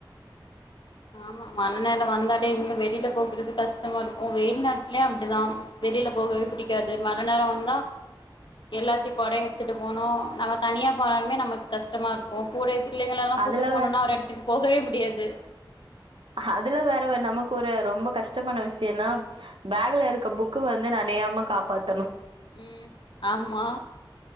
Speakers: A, on the left; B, on the right.
A: ஆமா மழை நேரம் வந்தாலே இங்க வெளியில போகறது கஷ்டமா இருக்கும் வெயில் நேரத்துலயே அப்படிதான் வெளியில போகவே பிடிக்காது மழை நேரம் வந்தா எல்லாத்தையும் கொட எடுத்துட்டு போனோம் நம்ம தனியா போனாலுமே நமக்கு கஷ்டமாக இருக்கும் கூட பிள்ளைங்கள எல்லாம்
B: அதுல
A: கூட்டட்டு போணும்னா ஒரு இடத்துக்கு போகவே முடியாது
B: அதுல வேற வே நமக்கு ஒரு ரொம்ப கஷ்டமான விஷயம்னா பேக்ல இருக்க புக்கு வந்து நினையாம காப்பாத்
A: உம் ஆமா